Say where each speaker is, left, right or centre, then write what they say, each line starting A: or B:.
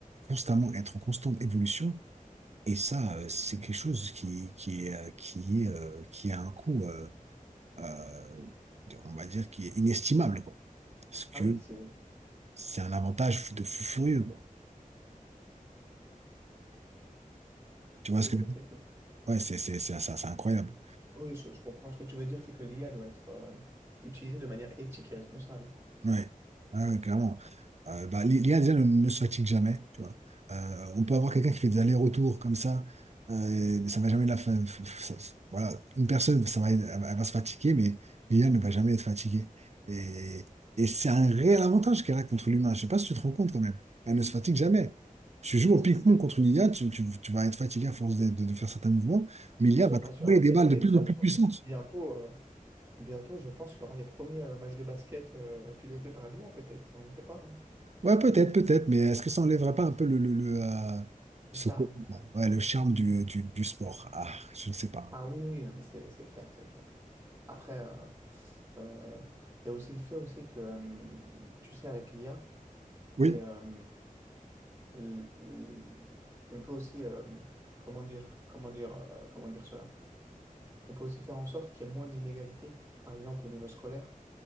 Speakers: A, on the right; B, on the right.
A: constamment être en constante évolution. Et ça, euh, c'est quelque chose qui, qui, est, euh, qui, est, euh, qui a un coût, euh, euh, on va dire, qui est inestimable, quoi. Parce que
B: Ah oui, c'est...
A: c'est un avantage de fou furieux, quoi. Tu vois
B: Tu peux
A: ce que
B: dire,
A: je veux dire?
B: c'est que...
A: Ouais, c'est c'est- c'est- c'est- c'est incroyable.
B: Oui, je, je comprends ce que tu veux dire, c'est que l'IA doit être euh, utilisée de manière éthique et responsable.
A: Ouais, Ah ouais, clairement. Euh, bah, l'IA déjà ne, ne se fatigue jamais, tu vois. Euh, on peut avoir quelqu'un qui fait des allers-retours comme ça, euh, ça va jamais la fa- f- f- ça- voilà, une personne, ça va, elle, elle va se fatiguer, mais l'IA ne va jamais être fatiguée. Et, et c'est un réel avantage qu'elle a contre l'humain. Je sais pas si tu te rends compte quand même. Elle ne se fatigue jamais. Tu joues au ping-pong contre l'IA, tu, tu, tu vas être fatigué à force de, de- de faire certains mouvements, mais
B: Bien
A: l'IA
B: sûr,
A: va
B: bien
A: trouver
B: sûr.
A: des
B: Et,
A: balles de
B: et
A: plus
B: bientôt,
A: en plus puissantes.
B: bientôt, euh, bientôt, je pense qu'il y aura les premiers euh, matchs de basket euh, pilotés par l'IA, peut-être. On ne sait pas. hein.
A: Ouais, peut-être, peut-être, mais est-ce que ça enlèverait pas un peu le, le, le, euh, ce
B: Le charme.
A: côté- ouais, le charme du, euh, du, du sport? Ah, je ne sais pas.
B: Ah oui, oui, non, mais c'est c'est clair, c'est clair. Après, euh, euh, il y a aussi le fait aussi que, euh, tu sais, avec l'IA, les,
A: Oui.
B: euh, l- l- on peut aussi, euh, comment dire, comment dire, euh, comment dire cela? On peut aussi faire en sorte qu'il y ait moins d'inégalités. Par exemple, au niveau scolaire,